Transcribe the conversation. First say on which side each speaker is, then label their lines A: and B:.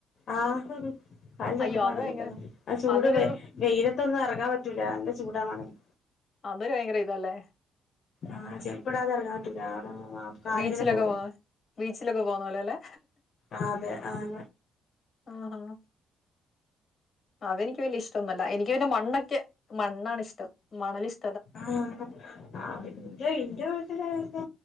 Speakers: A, on the left; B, on the left.
A: ആ കാല് ചട്ട്
B: അയ്യോ
A: മണൽ
B: അത് ഭയങ്കര
A: തന്ന ആ ചൂട്
B: അതൊരു
A: വെയിലത്തൊന്നും ഇറങ്ങാൻ പറ്റൂല നല്ല ചൂടാ മണല്
B: അതൊരു ഭയങ്കര ഇതല്ലേ
A: ആഹ് ചെരുപ്പിടാതെ ഇറങ്ങാൻ പറ്റൂല കാലിങ്ങനെ
B: ബീച്ചിലൊക്കെ
A: പൊള്ളും
B: പോന്ന ബീച്ചിലൊക്കെ പോന്നോലെല്ലെ
A: ആഹ് അതെ ആഹ്
B: ആഹ് അതെനിക്ക് വല്യയ ഇഷ്ട്ടൊന്നല്ല എനിക്ക് പിന്നെ മണ്ണൊക്കെ മണ്ണാണ് ഇഷ്ടം മണല് ഷ്
A: ആഹ് അതന്റെ ഇന്റെ വീട്ട്ലാരോക്കെ